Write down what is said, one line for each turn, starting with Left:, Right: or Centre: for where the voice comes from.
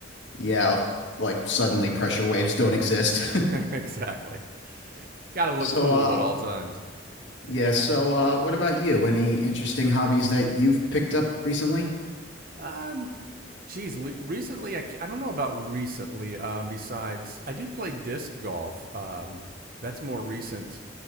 Left: yeah, like suddenly pressure waves don't exist.
Right: <laughs>
Left: <laughs>
Right: exactly. Got to look
Left: So,
Right: cool
Left: uh,
Right: at all times.
Left: yeah, so, uh, what about you? Any interesting hobbies that you've picked up recently?
Right: Um Geez, le- recently I, ca- I don't know about recently. Um, besides, I do play disc golf. Um, that's more recent